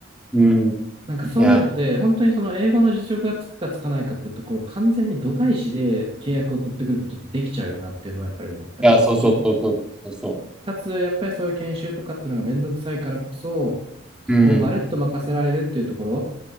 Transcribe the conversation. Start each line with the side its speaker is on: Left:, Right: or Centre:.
Centre: うん。うん。
Right: なんかそういうので、
Centre: いや、
Right: 本当にその英語の実力がつくかつかないかっていうところ、完全に度外視で契約を取ってくることってできちゃうよなっていうのはやっぱり思ったりはするし。
Centre: いや、そうそうそうそうそうそ
Right: かつ、やっぱりそういう研修とかっていうのがめんどくさいからこそ、そこをまるっと任せられるっていうところ
Centre: う。うん。